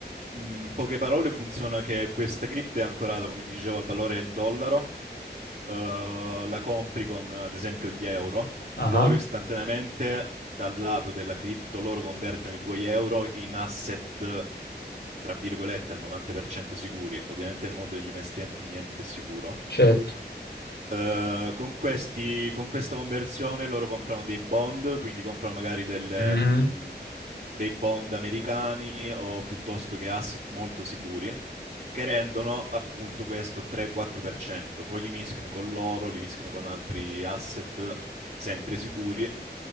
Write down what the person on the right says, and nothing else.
in poche parole funziona che questa cripto è ancorata, come ti dicevo, al valore del dollaro eh, la compri con ad esempio gli euro,
loro istantaneamente dal lato della cripto, loro convertono i tuoi euro in asset, tra virgolette, al 90% sicuri. Ovviamente nel mondo degli investimenti niente è sicuro.
Eh, con questi, con questa conversione loro comprano dei bond, quindi comprano magari delle,
mh, dei bond americani o piuttosto che asset molto sicuri, che rendono appunto questo 3-4%. Poi li mischiano con l'oro, li mischiano con altri asset sempre sicuri.